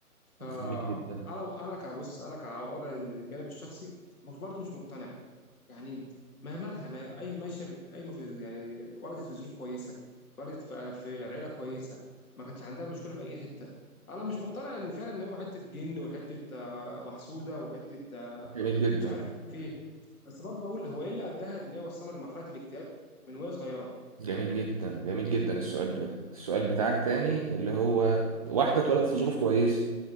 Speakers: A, on the left; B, on the right.
A: فانا
B: جميل جدا
A: انا كبص انا كوضعي الجانب الشخصي مش برضه مش مقتنع يعني ما مالها ما هي- اي ماشيه في اي ما في يعني ولدت في ظروف كويسه ولدت في في عيله كويسه ما كانش عندها مشكله في اي حته انا مش مقتنع ان فعلا ان هو حته جن وحته آه، محسوده وحته آه،
B: جميل جدا
A: مش عارف ايه بس برضه بقول هو ايه اللي اداها ان هي وصلها لمرحله الاكتئاب من وهي صغيره
B: جميل جدا جميل جدا السؤال ده السؤال بتاعك تاني اللي هو واحدة اتولدت في ظروف كويسة